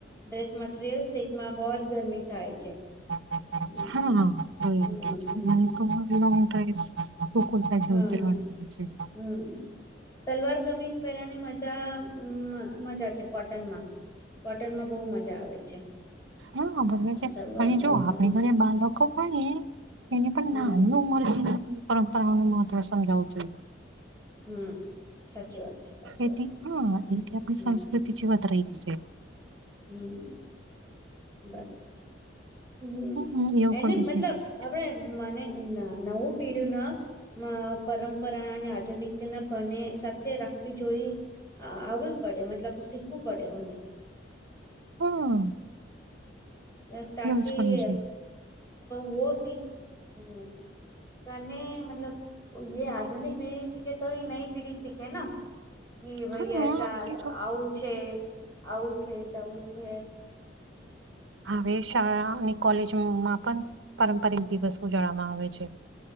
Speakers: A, on the left; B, on the right.
A: ડ્રેસ મટીરિયલ શીકમાં બહત ગરમી થાય છે.
B: <unintelligible>
A: હમ
B: લંગ
A: હમ
B: ડ્રાઈવ
A: હમ
B: ટુકરતા જેતરવા
A: હા
B: છે.
A: હમ. સલવાર કમીજ પહેરાની મજા મજા છે કોટનમાં. કોટનમાં બહુ મજા આવે છે.
B: હબરોબર છે,
A: સલવાર
B: અને
A: સૂટ
B: જો આપણી
A: હમ
B: ઘરે બાળકો પણ. એને પણ
A: હમ
B: નાની ઉમર પરંપરાનું મહત્વ સમજાવવું જોઈએ.
A: હમ સાચી વાત. છે સાચી
B: એથી
A: વાત
B: હા
A: હમ
B: એથી આપણી
A: હમ
B: સંસ્કૃતિ બત્ર રહી છે.
A: હમ્ બરા. હમ
B: હમ્મ, એવું
A: એને
B: કરવું
A: મતલબ
B: જોઈએ.
A: આપણેે મને નવું પીઢું ના. અ પરંપરા અને આધુનિકતાના બને સાથે રાખવી જોઈ. આવવી પડે મતલબ શીખવું પડેને.
B: હા,
A: હ તાકી
B: એવું જ કરવું જોઈએ.
A: વો સ હમ. ત મતલબ એ આધુનિક પીઢી સીખે તો નઈ પીઢી સીખે. એ ભાઈ
B: હા,
A: એસાા
B: અને જો
A: આવું છે, આવું છે, તોું છે.
B: હવે શાળા અને કોલેજમાં પણ પારંપરિક દિવસ ઉજવવામાં આવે છે.